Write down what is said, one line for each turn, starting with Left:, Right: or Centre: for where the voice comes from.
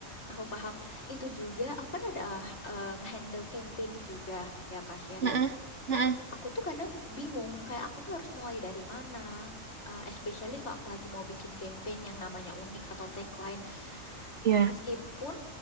Left: Aku paham. Itu juga, aku kan ada eh, nge-handle campaign juga ya Kak Sherin.
Right: heeh, heeh.
Left: Aku tuh kadang bingung, kayak aku tuh harus mulai dari mana. Eh, especially kalau aku lagi mau bikin campaign yang namanya unik atau tagline.
Right: Ya.
Left: Meskipun